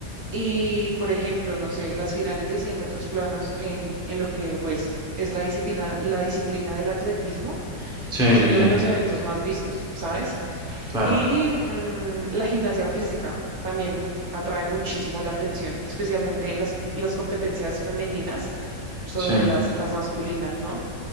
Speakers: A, on the right; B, in the centre.
A: y, por ejemplo, no sé, las finales de 100 metros planos en, en lo que pues, es la disciplina, la disciplina del atletismo,
B: sí,
A: es
B: sí,
A: uno
B: sí,
A: de los eventos más vistos, ¿sabes?
B: claro,
A: Y mm, la gimnasia artística también uf, atrae muchísimo la atención, especialmente las, las competencias femeninas sobre
B: sí.
A: las, las masculinas, ¿no?